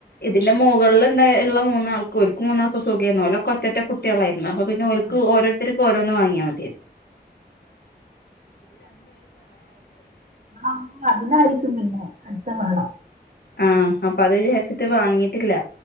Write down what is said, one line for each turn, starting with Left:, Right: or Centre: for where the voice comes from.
Left: എന്റെ മുകളിൽ ഉണ്ട ഉള്ള മൂന്നാൾക്ക് ഒരു മൂന്നാൾക്ക് സുഖമായിരുന്നു ഓല ഒറ്റ കുട്ടികളായിരുന്നു അ പിന്നെക്ക്
Right: ആ
Left: ത്ത ഓരോന്ന് വാങ്ങിയാൽ മതിയ
Right: നമ്മുമ്പ അതിനായിരിക്കും പിന്നെ അടുത്ത വേളം
Left: ആ അപ്പൊ അത് ചേരിച്ചിട്ട് വാങ്ങിട്ടില്ല